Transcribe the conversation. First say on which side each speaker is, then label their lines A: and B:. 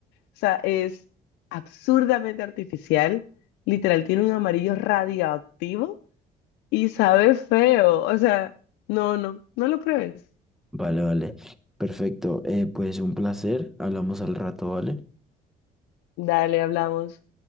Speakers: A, on the left; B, in the centre.
A: sea, es absurdamente artificial. Literal, tiene un amarillo radioactivo y sabe feo. O sea, no, no, no lo pruebes.
B: Vale, vale. Perfecto. Eh, pues un placer. Hablamos al rato, ¿vale?
A: Dale, hablamos.